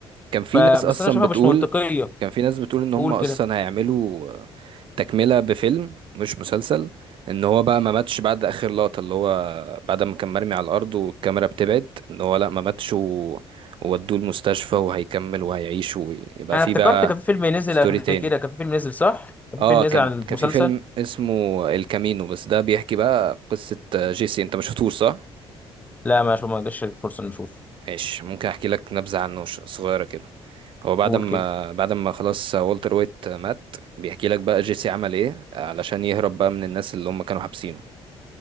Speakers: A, on the right; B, on the left.
A: كان في
B: فبس
A: ناس اصلا
B: انا شايفها
A: بتقول
B: مش منطقيه
A: كان في ناس بتقول ان هم
B: قول
A: اصلا
B: كده
A: هيعملوا آه، تكملة بفيلم مش مسلسل ان هو بقى ما ماتش بعد اخر لقطة اللي هو بعد ما كان مرمي على الارض والكاميرا بتبعد ان هو لا ما ماتش و- وودوه المستشفى وهيكمل وهيعيش ويبقى
B: انا
A: في
B: افتكرت
A: بقى
B: كان في فيلم نزل
A: ستوري
B: قبل
A: تاني
B: كده كان في فيلم نزل صح كان
A: اه
B: في فيلم
A: كان
B: نزل عن المسلسل
A: كان في فيلم اسمه الكامينو بس ده بيحكي بقى قصة آه، جيسي انت ما شفتوش صح؟
B: لا ما شو ما جاش الفرصه نشوفه
A: ماشي ممكن احكي لك نبذة عنه ش- صغيرة كده هو بعد
B: قول
A: ما
B: كده
A: بعد ما خلاص والتر وايت مات بيحكي لك بقى جيسي عمل ايه علشان يهرب بقى من الناس اللي هم كانوا حابسينه